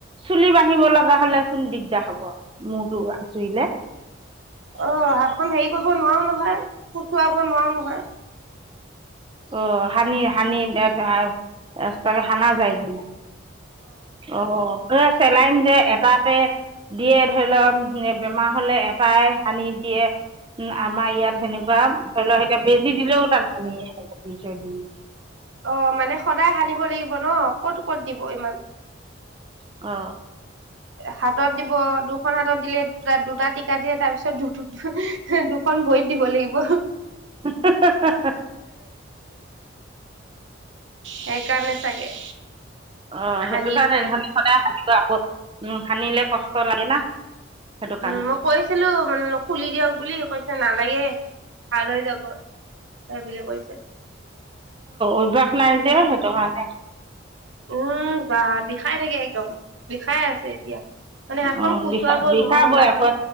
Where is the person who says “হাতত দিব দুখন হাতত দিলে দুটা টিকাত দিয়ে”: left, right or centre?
Right